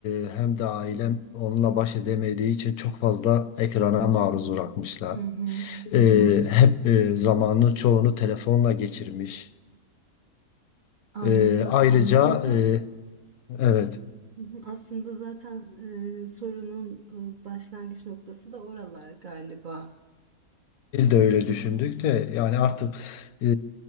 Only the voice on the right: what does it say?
Hı hı,
anladım.
Aslında
hı hı, aslında zaten e, sorunun e, başlangıç noktası da oralar galiba.